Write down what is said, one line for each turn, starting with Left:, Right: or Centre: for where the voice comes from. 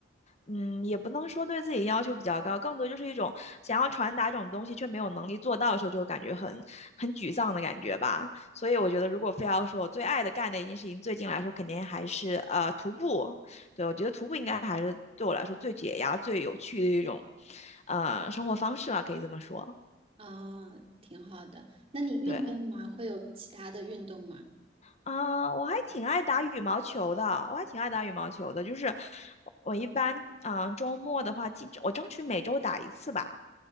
Left: 嗯，也不能说对自己要求比较高，更多就是一种想要传达一种东西却没有能力做到的时候，就感觉很很沮丧的感觉吧。所以我觉得，如果非要说我最爱的干的一件事情，最近来说肯定还是呃徒步。对，我觉得徒步应该还是对我来说最解压、最有趣的一种呃生活方式吧，可以这么说。
Right: 啊、挺好的。那你运动吗？
Left: 对，
Right: 会有其他的运动吗？
Left: 啊，我还挺爱打羽毛球的，我还挺爱打羽毛球的。就是我一般，啊，周末的话，尽我争取每周打一次吧。